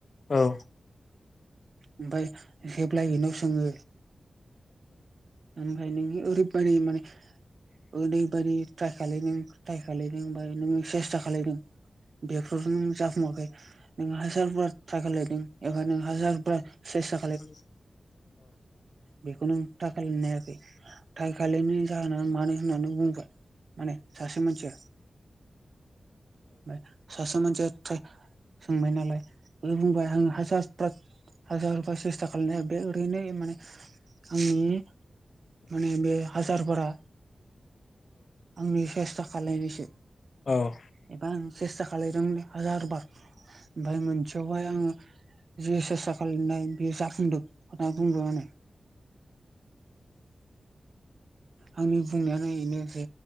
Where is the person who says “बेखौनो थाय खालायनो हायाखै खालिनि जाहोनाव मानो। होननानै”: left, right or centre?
Right